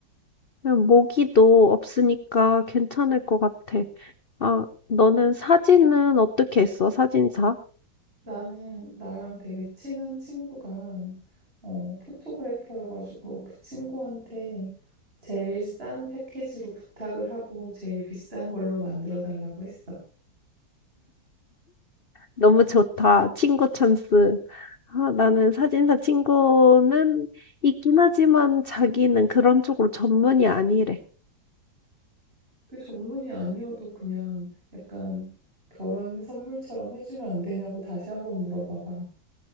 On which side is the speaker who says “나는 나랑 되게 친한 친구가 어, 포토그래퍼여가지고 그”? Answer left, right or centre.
Right